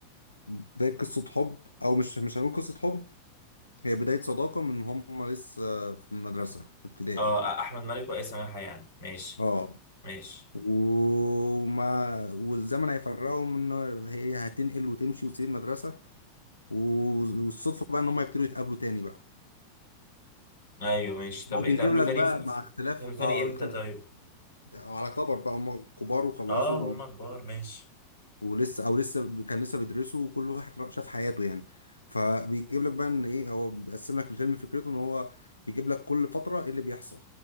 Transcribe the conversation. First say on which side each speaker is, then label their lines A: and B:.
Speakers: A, on the left (about 85°); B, on the left (about 65°).
A: بداية قصة حب او مش مش هنقول قصة حب هي بداية صداقة من هم لسه في المدرسة في ابتدائي
B: اه احمد مالك وايه سماحة يعني ماشي
A: اه
B: ماشي
A: وما والزمن هيفرقهم ان هي هتنقل وتمشي وتسيب المدرسة و- والصدفة بقى ان هم يبتدوا يتقابلوا تاني بقى
B: ايوه ماشي طب
A: هو
B: اتقابلوا
A: بيجيب لك
B: تاني
A: بقى
B: في... في...
A: مع اختلاف
B: اتقابلوا تاني
A: اه
B: امتى
A: اختلاف
B: طيب
A: على كبر بقى هم كبار وخلصوا
B: اه وهم كبار ماشي
A: ولسه او لسه ب- كان لسه بيدرسوا وكل واحد را- شاف حياته يعني فبيجيب لك بقى ان ايه هو بيقسم لك الفيلم فكرته ان هو بيجيب لك كل فترة ايه اللي بيحصل